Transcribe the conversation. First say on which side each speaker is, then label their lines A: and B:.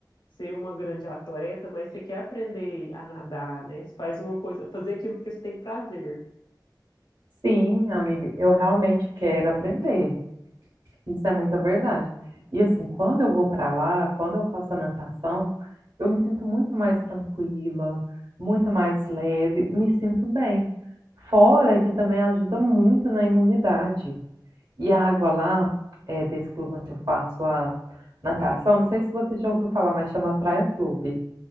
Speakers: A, on the left; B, on the right.
A: ser uma grande atleta, mas você quer aprender a nadar, né? Você faz uma coisa, fazer aquilo porque você tem prazer.
B: Sim, amiga, eu realmente quero aprender. Isso é muita verdade. E assim, quando eu vou para lá, quando eu faço a natação, eu me sinto muito mais tranquila, muito mais leve, me sinto bem. Fora que também ajuda muito na imunidade. E a água lá, é, desse clube onde eu faço a natação, não sei se você já ouviu falar, mas chama Praia Clube.